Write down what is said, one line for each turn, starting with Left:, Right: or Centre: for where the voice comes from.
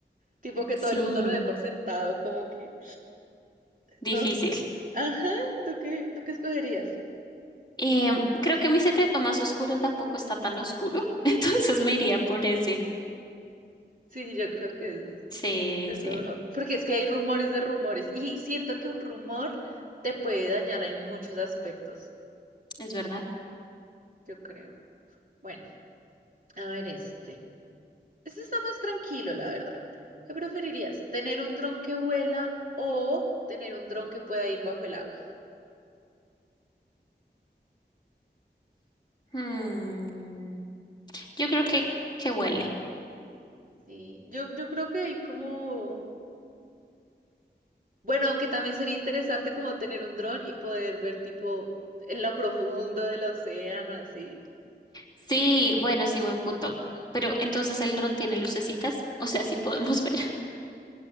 Right: Tipo que
Left: Sí,
Right: todo el mundo lo dé por sentado, como que,
Left: difícil.
Right: no sé. Ajá, ¿tú qué, tú qué escogerías?
Left: Em, creo que mi secreto más oscuro tampoco está tan oscuro, <laughs> entonces me iría por ese.
Right: Sí, yo creo que es,
Left: Sí,
Right: es
Left: sí,
Right: lo mejor. Porque es que hay rumores de rumores. Y siento que un rumor te puede dañar en muchos aspectos,
Left: es verdad.
Right: yo creo. Bueno, a ver este. Este está más tranquilo, la verdad. ¿Qué preferirías? ¿Tener un dron que vuela o tener un dron que pueda ir bajo el agua?
Left: Hmm, Yo creo que, que huele.
Right: Sí, yo, yo creo que hay como Bueno, aunque también sería interesante como tener un dron y poder ver tipo en lo profundo del océano, así.
Left: Sí, bueno, sí, buen punto. Pero entonces el dron tiene lucecitas, o sea, sí podemos ver. <laughs>